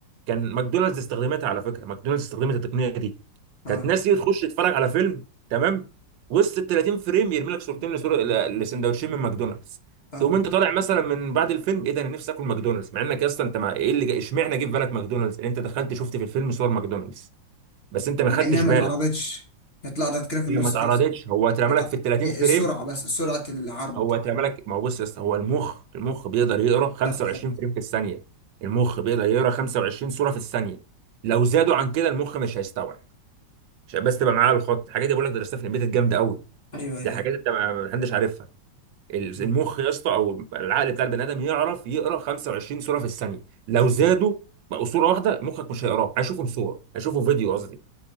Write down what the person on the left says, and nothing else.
اه
اه
مع
انها ما
اتعرضتش هي طلعت كده في النص
كده
اتع-
هي
السرعة بس سرعة العرض
صح صح
ايوه ايوه
أيوة.
مم.
مم.